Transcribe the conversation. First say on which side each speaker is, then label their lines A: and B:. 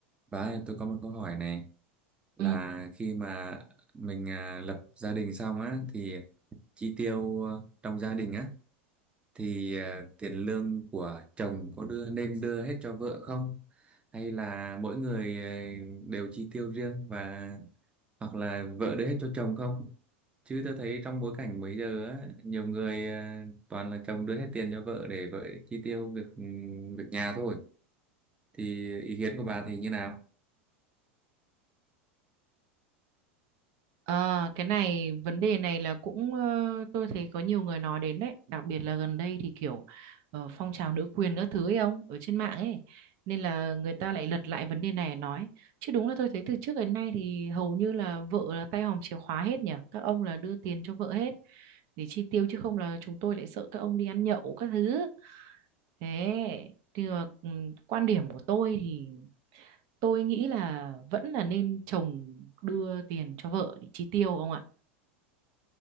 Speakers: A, on the right; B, on the right.
A: Bà ơi, tôi có một câu hỏi này là
B: Ừ.
A: khi mà mình à, lập gia đình xong á thì chi tiêu à, trong gia đình á thì à, tiền lương của chồng có đưa nên đưa hết cho vợ không? Hay là mỗi người à, đều chi tiêu riêng và hoặc là vợ đưa hết cho chồng không? Chứ tôi thấy trong bối cảnh bây giờ á nhiều người à, toàn là chồng đưa hết tiền cho vợ để vợ chi tiêu việc ừ, việc nhà thôi. Thì ý kiến của bà thì như nào?
B: À, cái này vấn đề này là cũng ờ, tôi thấy có nhiều người nói đến đấy đặc biệt là gần đây thì kiểu ờ, phong trào nữ quyền các thứ ấy ông ở trên mạng ấy nên là người ta lại lật lại vấn đề này nói chứ đúng là tôi thấy từ trước đến nay thì hầu như là vợ là tay hòm chìa khóa hết nhỉ các ông là đưa tiền cho vợ hết để chi tiêu chứ không là chúng tôi lại sợ các ông đi ăn nhậu các thứ thế thì mà, ừ, quan điểm của tôi thì tôi nghĩ là vẫn là nên chồng đưa tiền cho vợ để chi tiêu ông ạ